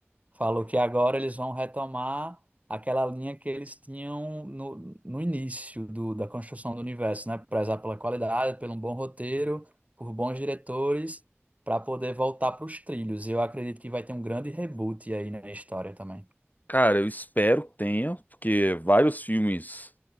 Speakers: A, on the right (about 30°); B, on the left (about 35°).
A: Falou que agora eles vão retomar aquela linha que eles tinham no, no início do, da construção do universo, né? Prezar pela qualidade, pelo bom roteiro, por bons diretores, para poder voltar para os trilhos. E eu acredito que vai ter um grande reboot aí na história também.
B: Cara, eu espero que tenha, porque vários filmes